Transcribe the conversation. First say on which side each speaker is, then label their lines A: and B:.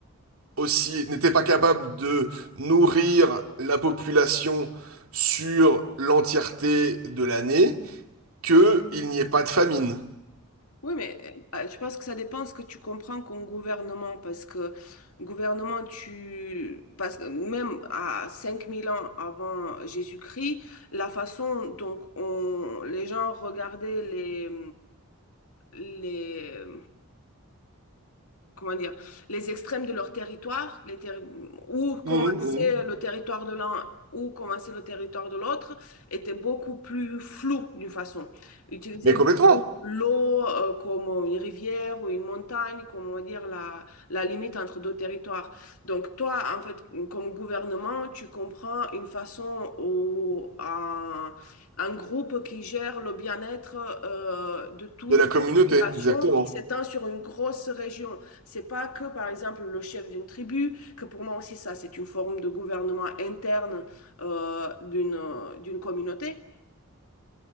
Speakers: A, on the right (about 75°); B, on the left (about 75°).
A: aussi n'était pas capable de nourrir la population sur l'entièreté de l'année, que il n'y ait pas de famine.
B: Oui, mais euh, bah, je pense que ça dépend ce que tu comprends comme gouvernement, parce que gouvernement, tu... parce que même à 5000 ans avant Jésus-Christ, la façon dont on... les gens regardaient les, les, comment dire, les extrêmes de leur territoire, les terri- où commençait
A: Mhm, mhm.
B: le territoire de l'un, où commençait le territoire de l'autre, était beaucoup plus flou d'une façon. Ils utilisaient
A: Mais complètement,
B: beaucoup l'eau euh, comme une rivière ou une montagne, comme on va dire la, la limite entre deux territoires. Donc toi, en fait, comme gouvernement, tu comprends une façon ou un, un groupe qui gère le bien-être euh, de toute
A: de la communauté,
B: population
A: exactement.
B: qui s'étend sur une grosse région. C'est pas que, par exemple, le chef d'une tribu, que pour moi aussi, ça, c'est une forme de gouvernement interne euh, d'une, euh, d'une communauté.